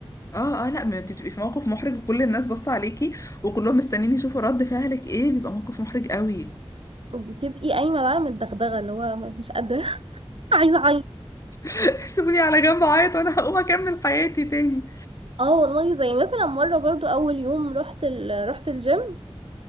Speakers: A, on the left; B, on the right.
A: اه اه لا ما انت بتبقي في موقف محرج وكل الناس باصه عليكي وكلهم مستنيين يشوفوا رد فعلك ايه بيبقى موقف محرج قوي
B: وبتبقي قايمه بقى متدغدغه اللي هو مش قادره <laughs> عايزه اعيط
A: <laughs> سيبوني على جنب اعيط وانا هقوم اكمل حياتي تاني
B: اه والله زي مثلا مره برضو اول يوم رحت ال... رحت الجيم